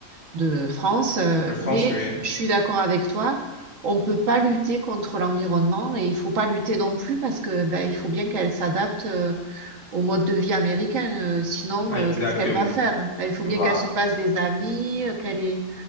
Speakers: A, on the right (about 75°); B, on the left (about 85°).
A: de France euh,
B: Le français.
A: mais je suis d'accord avec toi on peut pas lutter contre l'environnement et il faut pas lutter non plus parce que ben il faut bien qu'elle s'adapte euh, au mode de vie américain. euh, sinon, euh,
B: Exactement.
A: qu'est-ce qu'elle va faire? Il faut
B: Voilà.
A: bien qu'elle se fasse des amis, euh, qu'elle ait,